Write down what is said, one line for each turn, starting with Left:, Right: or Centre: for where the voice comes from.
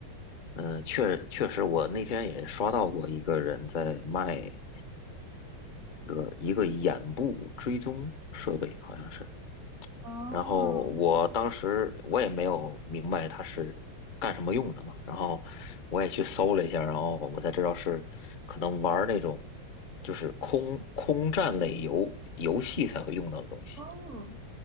Left: 嗯，确确实，我那天也刷到过一个人在卖一个一个眼部追踪设备，好像是。
Right: 哦，
Left: 然后我当时我也没有明白它是干什么用的嘛，
Right: 对
Left: 然后我也去搜了一下，然后我才知道是可能玩儿那种就是空空战类游游戏才会用到的东西。
Right: 哦，